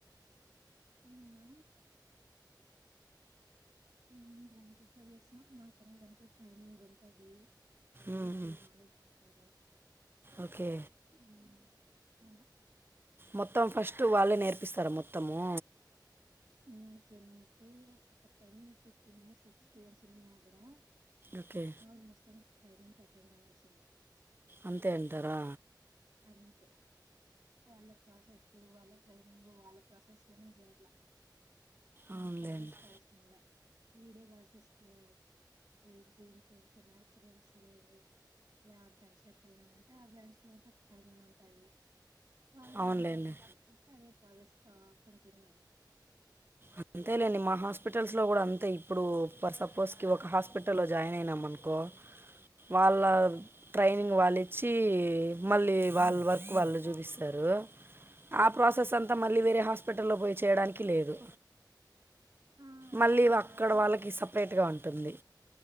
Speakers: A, on the right; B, on the right.
A: ఉనా ఉ బ్రాంచెస్ లో చేసినా మాకు అనేది అంటు ట్రైనింగ్ ఉంటది వాళ్ళే
B: మ్మ్.
A: ఫుల్ నాలెడ్జ్ ఇస్తారు
B: ఓకే
A: <unintelligible> అవును
B: మొత్తం ఫస్టు వాళ్ళే నేర్పిస్తరా మొత్తమూ
A: నీకంటే ఒక టెన్ ఫిఫ్టీన్ ఇయర్స్ ఎక్స్పీరియన్స్ ఉన్నా గుడా
B: ఓకే
A: నోరు ముసుకొని ట్రైనింగ్కి అటెండ్ అవ్వాల్సిందె
B: అంతే అంటారా
A: అంతె వాళ్ళ ప్రాసెస్సూ వాళ్ళ ట్రైనింగు వాళ్ళ ప్రాసెస్ లొనే జెయాలిగ మన
B: అవునులేండి
A: ప్రాసెస్ అవసరంలే ఈడేగా సిస్టర్ ఈ గ్రీన్ ట్రెన్స్ న్యాచురల్స్ ఊ ఉ ఇగా బ్రాచ్లకెళ్దామంటే ఆ బ్రాంచ్ <unintelligible> ట్రైనింగ్ ఉంటాది వాళ్ళు
B: అవునులేండి
A: ఏం ప్రాసెస్ చెప్పిస్తె అదే ప్రాసెస్ కా కంటిన్యూ అయితది
B: అంతేలేండి మా హాస్పిటల్స్ లో గుడా అంతే ఇప్పుడూ పర్ సపోజ్కి ఒక హాస్పిటల్ లో జాయిన్ అయినం అనుకో వాళ్ళ ట్రైనింగ్ వాళ్ళిచ్చీ మళ్ళీ వాళ్ళ వర్క్ వాళ్ళు జూపిస్తరూ ఆ ప్రాసెస్ అంతా మళ్ళీ వేరే హాస్పిటల్లో బోయి చేయడానికి లేదు
A: ఆ అట్లే
B: మళ్ళీ ఇవి అక్కడి
A: అట్లే
B: వాళ్ళకి
A: ఉంటుంది
B: సపరేట్గా
A: సిస్టర్.
B: ఉంటుంది